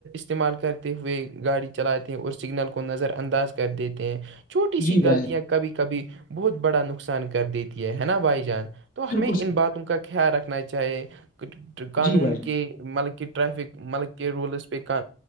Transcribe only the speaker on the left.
جی
بھائی
بالکل
صحیح
جی بھائی جان